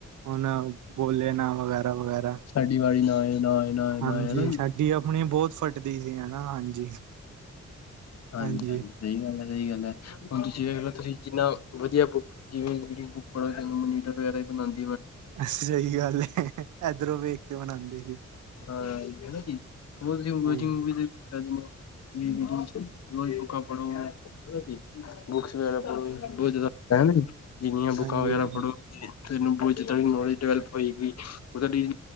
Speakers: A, on the right (about 80°); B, on the left (about 60°).
A: ਉਹ ਨਾ ਬੋਲੇ ਨਾ ਵਗੈਰਾ ਵਗੈਰਾ
B: ਸਾਡੀ ਵਾਰੀ ਨਾ ਆਏ ਨਾ ਆਏ ਨਾ ਆਏ ਨਾ
A: ਹਾਂਜੀ
B: ਆਏ ਹਨਾ
A: ਸਾਡੀ ਆਪਣੀ ਬਹੁਤ ਫਟਦੀ ਸੀ ਹਨਾ ਹਾਂਜੀ
B: ਹਾਂਜੀ
A: ਹਾਂਜੀ-ਹਾਂਜੀ
B: ਹਾਂਜੀ ਸਹੀ ਗੱਲ ਹੈ ਸਹੀ ਗੱਲ ਹੈ ਹੁਣ ਤੁਸੀਂ ਦੇਖ ਲਓ ਤੁਸੀਂ ਜਿੰਨਾ ਵਧੀਆ ਬੁੱਕ ਜਿਵੇਂ ਜਿਹੜ ਬੁੱਕ ਪੜਨ ਮੋਨੀਟਰ ਵਗੈਰਾ ਬਣਾਂਦੇ
A: ਸਹੀ ਗੱਲ ਹੈ ਇਏਧਰੋਂ ਵੇਖ ਕੇ ਮਨਾਉਂਦੇ ਸੀ
B: ਹਾਂ ਹਨਾ ਜੀ ਉਹ ਤੁਸੀ
A: ਹਾਂਜੀ-ਹਾਂਜੀ,
B: ਸਕਦੇ <unintelligible> ਰੋਜ ਬੂਕਾ ਪੜੋ ਬੁਕ ਵਗੈਰਾ ਪੜ੍ਹੋ ਬਹੁਤ ਜਿਆਦਾ ਜਿੰਨੀਆਂ ਬੁੱਕਾਂ
A: ਹਾਂਜੀ-ਹਾਂਜੀ,
B: ਵਗੈਰਾ ਪੜ੍ਹੋਗੇ ਤੈਨੂੰ ਬਹੁਤ ਜਿੱਦਾਂ ਨੌਲੇਜ ਡਿਵੈਲਪ ਹੋਏਗੀ ਉਹ ਦੀ